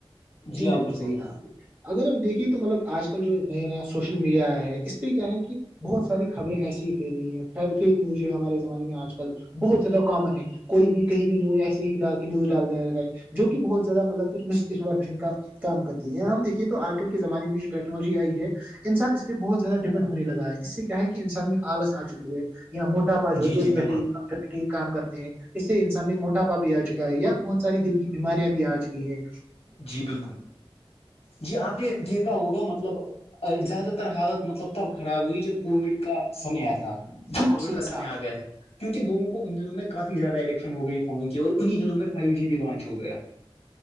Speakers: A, on the left; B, on the right.
A: جی
B: بالکل
A: آپ کچھ بولیں
B: صحیح کہا آپ نے اگر ہم دیکھیے تو مطلب آج کل جو نیا نیا سوشل میڈیا آیا ہے اس پہ کیا ہے کہ بہت ساری خبریں ایسی ہی پھیل رہی ہیں فیک نیوز جو ہے ہمارے زمانے میں آج کل بہت زیادہ کامن ہے کوئی بھی کہیں بھی نی ایسے ہی ڈال کے نیوز ڈال دیا ج ہے جو کہ بہت زیادہ مطلبار کا کام کرتی ہےاں ہم دیکھیے تو آج کل کے زمانے میں جو ٹیکنالوجی آئی ہے انسان اس پہ بہت زیادہ ڈپینڈ ہونے لگا ہے اس سے کیا ہے کہ انسان میں آلس آ چکی ہے یا موٹا پا جو
A: جی
B: ایک
A: جی
B: بیٹھے
A: بالکل
B: کام کرتے ہیں اس سے انسان میں موٹاپا بھی آ چکا ہے یا بہت ساری دل بیماریاں بھی آجکی ہیں
A: جی بالکل
B: ہ <inaudible>
A: جی آپ نے دیکھا ہوگا مطلب زیادہ تر حالت مطلب تب خراب ہوئی جو کووڈ کا سمے تھا
B: بالکل
A: کووڈ
B: صحیح
A: کا
B: کہا
A: سمے آ گیا تھا کیونہ لووں کو ان دنوں میں کافی زیادہڈکشن ہو گئی فونوں کی اور انہیں دنوں میں فائیو جی بھی لانچ ہو گیا